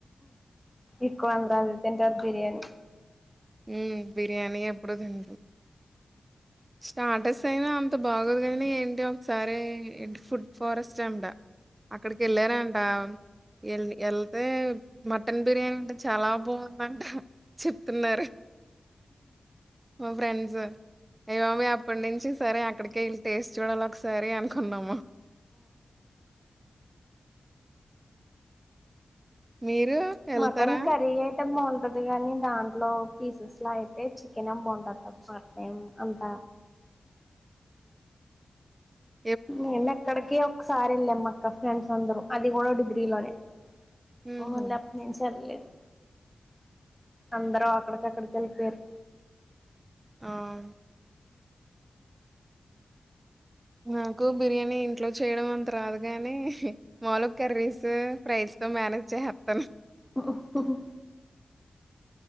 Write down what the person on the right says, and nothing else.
ఊ బిర్యానీ ఎప్పుడూ తింట్రు స్టార్టర్స్ అయినా అంత బాగోదు గానీ ఏంటి ఒకసారి ఫుడ్ ఫారెస్ట్ అంట అక్కడికెళ్ళారంట ఎల్ ఎళ్తే మటన్ బిర్యానీ అంట చాలా బావుందంట చెప్తున్నారు మా ఫ్రెండ్స్ ఏమా మీ అప్పటి నుంచి సరే అక్కడికే ఎల్లి టేస్ట్ చూడాల ఒకసారి అనుకున్నామా మీరు ఎళ్తారా?
ఉ
హుహు.
ఆ! నాకు బిర్యానీ ఇంట్లో చేయడం అంత రాదు గాని మాలు కర్రీస్ ఫైస్ తో మేనేజ్ చేసేత్తను